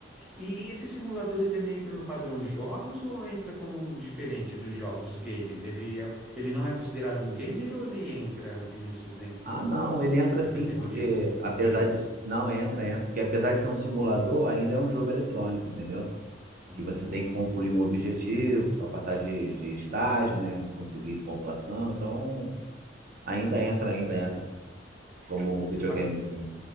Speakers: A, in the centre; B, on the right.
A: E esses simuladores, ele entra no padrão jogos ou entra como diferente dos jogos, dos gamers? Ele, é, ele não é considerado um gamer ou ele entra, Vinícius, dentro
B: Ah,
A: do,
B: não, ele entra
A: da
B: sim,
A: categoria
B: porque apesar
A: do games?
B: de. Não, entra, entra, porque apesar de ser um simulador, ainda é um jogo eletrônico, entendeu?
A: Ah,
B: que você tem que
A: entendi.
B: concluir um objetivo para passar de, de estágio, né? Conseguir pontuação. Então,
A: Sim.
B: ainda entra, ainda entra como videogame,
A: A-
B: sim.